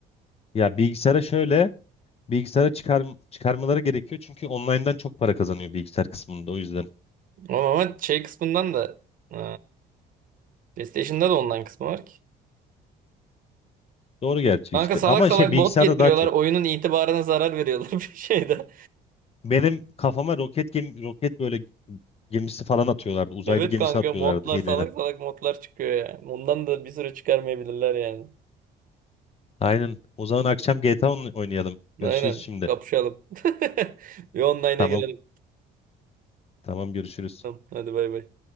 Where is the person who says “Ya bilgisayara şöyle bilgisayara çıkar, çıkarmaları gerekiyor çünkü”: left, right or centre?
Left